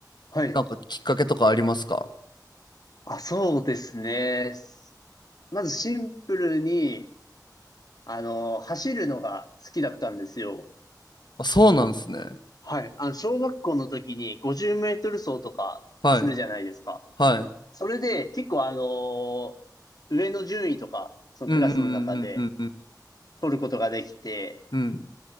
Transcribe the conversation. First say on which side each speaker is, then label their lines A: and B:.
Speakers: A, on the left (about 60°); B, on the left (about 80°).
A: はい。
B: なんかきっかけとかありますか
A: あ、そうですね。まずシンプルに、あの、走るのが好きだったんですよ。
B: あ、そうなんですね。
A: はい。あの、小学校の時に50メートル走とかするじゃないですか。
B: はい。はい。
A: それで結構あの、上の順位とか、そのクラスの中で、
B: うんうんうんうんうん
A: 取ることができて、
B: うん。うん